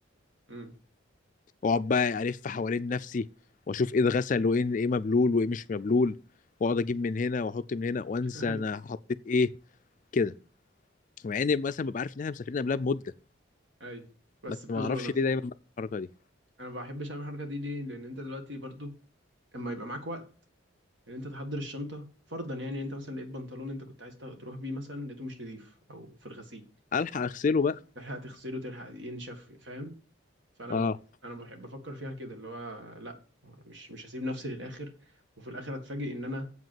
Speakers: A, on the right; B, on the left.
A: امم
B: واقعد بقى الف حوالين نفسي واشوف ايه اتغسل وايه ايه مبلول وايه مش مبلول واقعد اجيب من هنا واحط من هنا وانسى
A: <laughs> اي
B: انا حطيت ايه كده مع اني مثلا ببقى عارف ان احنا مسافرين قبلها بمده
A: اي بس
B: بس
A: بتزنق
B: ما اعرفش
A: نفسك
B: ليه دايما بعمل الحركه دي
A: انا ما بحبش اعمل الحركه دي ليه لان انت دلوقتي برضو اما يبقى معاك وقت ان انت تحضر الشنطه فرضا يعني إن انت مثلا لقيت بنطلون انت كنت عايز تروح بيه مثلا لقيته مش نظيف او في الغسيل
B: الحق اغسله بقى
A: تلحق تغسله تلحق ينشف فاهم فانا
B: اه
A: انا بحب افكر فيها كده اللي هو لا أنا مش مش هسيب نفسي للاخر وفي الاخر اتفاجئ ان انا